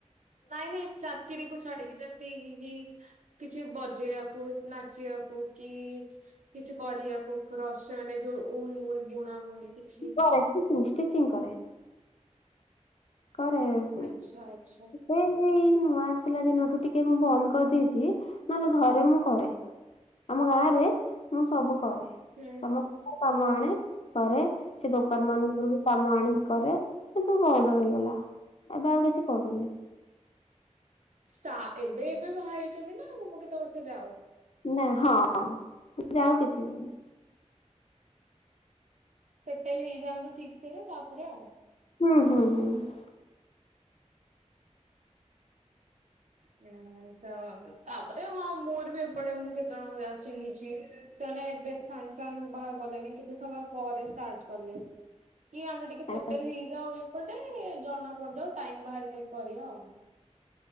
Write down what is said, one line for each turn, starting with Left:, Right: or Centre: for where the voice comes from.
Right: ନାଇଁ ନାଇଁ, ଚାକିରି କୁ ଛାଡିକି ଯେମତି, ଗି ଗିଜ୍ କିଛି ବଜେଇବାକୁ ନାଚିବାକୁ କି-ଇ କିଛି କରିବାକୁ କ୍ରସ୍ ମାନେ ଯୋଉ ଉଲ୍ ଉଲ୍ ବୁଣା ବୁଣି କିଛି
Left: କରେଷ୍ଟିଚିଂ ଷ୍ଟିଚିଂ କରେ। କରେ-ଏ
Right: ଆଚ୍ଛା ଆଚ୍ଛା।
Left: ଏଇ ଏଇ ନୂଆ ଆସିଲା ଦିନଠୁ ଟିକେ ମୁଁ ବନ୍ଦ କରିଦେଇଚି। ନହେଲେ ଘରେ ମୁଁ କରେ। ଆମ ଗାଁ ରେ ମୁଁ ସବୁ କରେ।
Right: ହୁଁ।
Left: ସମସ୍ତ <inaudible> ମୁଁ ଆଣେ କରେ, ସେ ଦୋକାନ ମାନଙ୍କରୁ ବି କାମ ଆଣିକି କରେ। କିନ୍ତୁ ବନ୍ଦ ହେଇଗଲା। ଲା ଏବେ ଆଉ କିଛି କରୁନି।
Right: ଷ୍ଟା ଏବେ ଏବେ ବାହା ହେଇଛନ୍ତି ନା, ମୁଁ ମ କେତେ ବର୍ଷ ଯାଉ।
Left: ନା ହଁ, ଯାଉ କିଛି ଦିନି।
Right: ସେଟେଲ୍ ହେଇଯାଆନ୍ତୁ ଠିକ୍ ସେରେ ତା'ପରେ ଆଉ।
Left: ହୁଁ, ହୁଁ, ହୁଁ।
Right: <unintelligible> ତା'ପରେ ହଁ ମୋର ବି ଏପଟେ ମୁଁ କେତେ ଜଣଙ୍କ ଯାହା ଚିହ୍ନିଛି। ସେମାନେ ଏବେ ସାଙ୍ଗ୍ ସାଙ୍ଗ୍ ବାହା ଗଲେନି, କେତେ ସମୟ ପରେ ଷ୍ଟାର୍ଟ କଲେ। କି ଆମେ ଟିକେ
Left: ଆଉ
Right: ସେଟେଲ୍ ହେଇଯାଉ ଏପଟେ, ଜଣା ପଡିଯାଉ ଟାଇମ୍ ବାହାର କରିବା ଆଉ।